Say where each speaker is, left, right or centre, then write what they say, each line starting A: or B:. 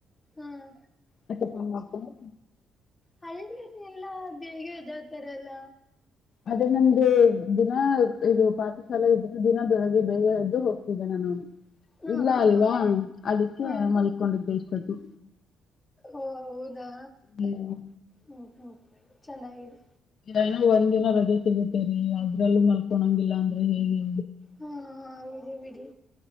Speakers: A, on the left; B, on the left.
A: ಹ್ಮ್
B: ಮತ್ತೆ ಫೋನ್ ಮಾಡ್ಕೊಂಡು
A: ಹಳ್ಳಿಯನ್ನ ಎಲ್ಲಾ ಬೇಗ ಇದಾವತಾರಲ್ಲ
B: ಅದೇ ನಮ್ದ ದಿನ ಇದು ಪಾಠಶಾಲೆ ಇದ್ರೆ ದಿನ ಬೆಳಗ್ಗೆ ಬೇಗ ಎದ್ದು ಹೋಗ್ತಿದ್ದೆ ನಾನು
A: ಹಾ
B: ಇಲ್ಲ
A: ಹಾ
B: ಅಲ್ವಾ
A: ಹಾ
B: ಅದಕ್ಕೆ
A: ಹಾ
B: ಮಲ್ಕೊಂಡಿದ್ದು ಇಷ್ಟ್ದು
A: ಓ ಹೌದಾ
B: ಹ್ಮ್
A: ಹ್ಮ್ ಹ್ಮ್ ಚೆನ್ನಾಗಿದೆ
B: ನಾಗ ಒಂದ್ ದಿನ ರಜೆ ಸಿಗುತ್ತೇರಿ ಅದ್ರಲ್ಲೂ ಮಲ್ಕೊಂಗಿಲ್ಲ ಅಂದ್ರೆ ಹೇಗೆ
A: ಹಾ ವಿಡಿ ಬಿಡಿ